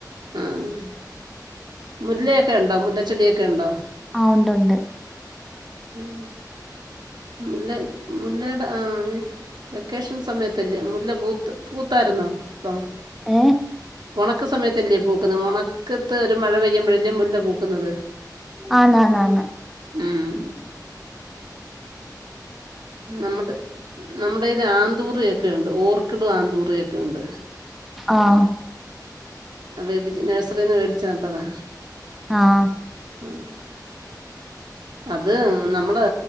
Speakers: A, on the right (about 85°); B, in the centre.
A: ആഹ് മുല്ലയൊക്കെ ഇണ്ടോ മുല്ലച്ചെടിയൊക്കെ ഇണ്ടോ?
B: ആഹ് ഒണ്ട് ഒണ്ട്.
A: ഉം മുല്ല മുല്ലേടെ ആഹ് വെക്കേഷൻ സമയത്തല്ലേ മുല്ല പൂത്ത് പൂത്തായിരുന്നോ ഇപ്പം
B: ഏഹ്
A: ഒണക്ക് സമയത്തല്ലേ പൂക്കുന്നത് ദണക്കത്ത് ഒരു മഴ പെയ്യുമ്പഴല്ലേ മുല്ല പൂക്കുന്നത്.
B: ആന്നാന്ന്
A: ഉം. ഉം നമ്മടെ നമ്മടെല് ആന്തൂറിയെക്കെ ഇണ്ട് ഓർക്കിഡും ആന്തൂറിയൊക്കെ ഇണ്ട്
B: ആഹ്
A: വേടി നഴ്സറീന്ന് വേടിച്ച് നട്ടതാ
B: ആഹ്
A: ഉം അത് നമ്മള്